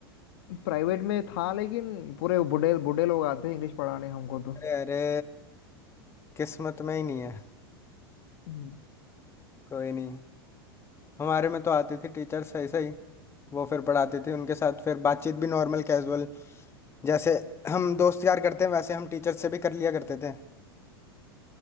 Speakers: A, on the left; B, on the left.
A: प्राइवेट में था लेकिन पूरे बूढ़े बूढ़े लोग आते इंग्लिश पढ़ाने हमको तो
B: अरे अरे किस्मत में ही नहीं है
A: हम्म,
B: कोई नहीं हमारे में तो आती थी टीचर्स ऐसे ही वो फिर पढ़ाती थी उनके साथ फिर बातचीत भी नॉर्मल कैजुअल जैसे हम दोस्त यार करते हैं वैसे हम टीचर से भी कर लिया करते थे